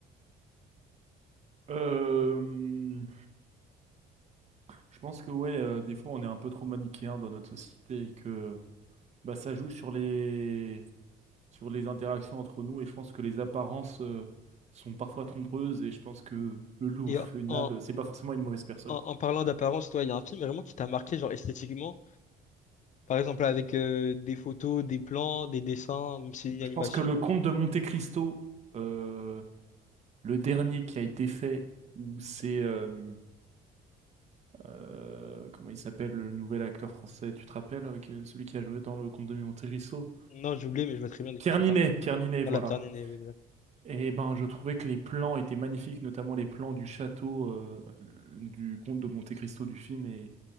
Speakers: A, on the right; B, on the left.
A: Euh, je pense que ouais, euh, des fois on est un peu trop manichéen dans notre société et que bah, ça joue sur les sur les interactions entre nous et je pense que les apparences euh, sont parfois trompeuses et je pense que le loup
B: Et
A: au final
B: en, en,
A: c'est pas forcément une mauvaise personne
B: en
A: quoi.
B: parlant d'apparence, toi, il y a un film vraiment qui t'a marqué, genre esthétiquement. Par exemple, avec euh, des photos, des plans, des dessins, même si c'est une
A: Je
B: animation.
A: pense que le
B: ou-
A: conte de Monte Cristo, euh, le dernier qui a été fait, où c'est euh, euh, comment il s'appelle le nouvel acteur français, tu te rappelles, avec euh, celui qui a joué dans le conte de Monte Cristo?
B: Non, j'ai oublié, mais je vois très bien de
A: Pierre
B: qui tu
A: Ninet,
B: parles.
A: Pierre Ninet,
B: Voilà,
A: voilà.
B: Pierre Niney, oui, exact.
A: Et ben, je trouvais que les plans étaient magnifiques, notamment les plans du château euh, du comte de Monte Cristo du film, et